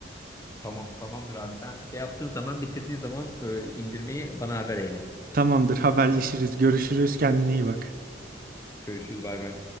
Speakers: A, on the left; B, on the right.
A: Tamam, tamamdır abi. Sen şey yaptığın zaman, bitirdiğin zaman e, indirmeyi bana haber eyle.
B: Tamamdır haberleşiriz, görüşürüz kendine iyi bak.
A: Görüşürüz, bay bay.